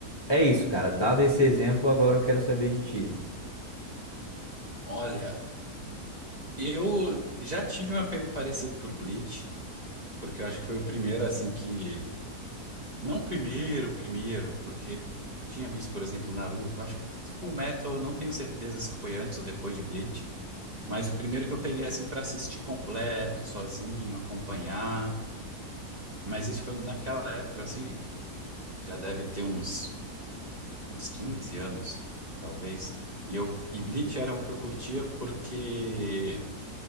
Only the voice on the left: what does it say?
é isso, cara. Dado esse exemplo, agora eu quero saber de ti.